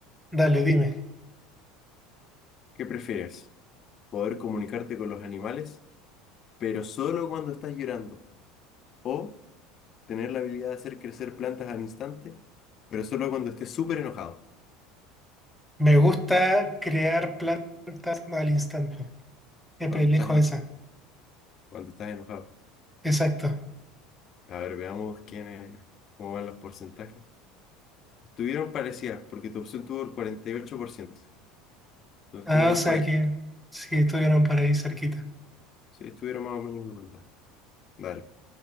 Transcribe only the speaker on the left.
¿Qué prefieres? ¿Poder comunicarte con los animales, pero solo cuando estás llorando? ¿O tener la habilidad de hacer crecer plantas al instante, pero solo cuando estés súper enojado?
Cuando
estás enojado.
Cuando estás enojado.
A ver, veamos quiénes, cómo van los porcentajes. Estuvieron parecidas, porque tu opción tuvo el cuarenta y ocho por ciento Entonces
estuvieron
por ahí.
Sí, estuvieron más o menos igual Dale.